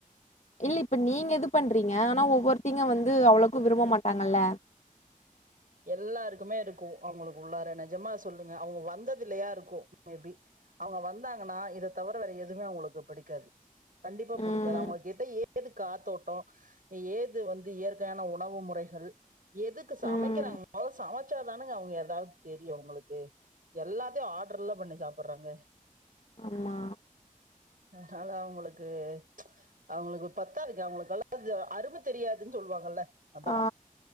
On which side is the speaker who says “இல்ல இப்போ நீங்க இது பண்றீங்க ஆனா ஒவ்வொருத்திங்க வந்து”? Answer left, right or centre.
Left